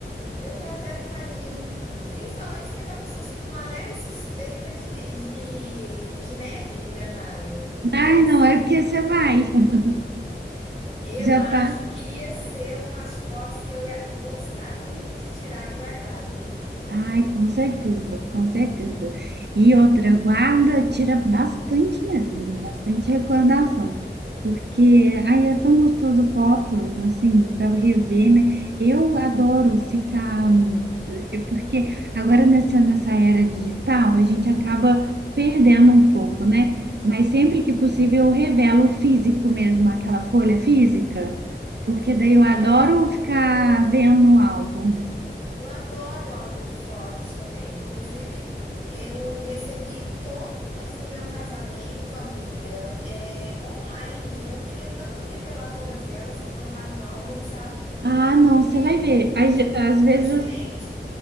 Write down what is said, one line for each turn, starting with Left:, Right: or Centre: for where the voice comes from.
Left: eu já até me imagino. Principalmente porque tá com sus- uma leve suspeita de, de, de neve em Gramado. Então,
Right: Ai,
Left: assim,
Right: não, é porque você vai, <laughs>
Left: Eu
Right: já
Left: acho
Right: tá.
Left: que ia ser umas fotos que eu ia gostar muito de tirar e guardar, viu.
Right: Ai, com certeza, com certeza. E outra, guarda, tira bastante mesmo, bastante recordação. Porque aí é tão gostoso foto, assim, para rever, né? Eu adoro ficar. hum, é Porque agora nessa, nessa era digital, a gente acaba perdendo um pouco, né? Mas sempre que possível eu revelo o físico mesmo, aquela folha física,
Left: Sim,
Right: porque daí eu adoro
Left: ah, é tão maravilhoso.
Right: ficar vendo o álbum.
Left: Eu adoro o álbum de fotos também, inclusive eu recebi todas do meu casamento, amiga, eh, online, e eu queria tanto revelar todas elas e colocar num álbum, sabe,
Right: Ah, não,
Left: porque
Right: você vai ver. Às,
Left: eu sinto
Right: às
Left: que
Right: vezes
Left: é diferente.
Right: as-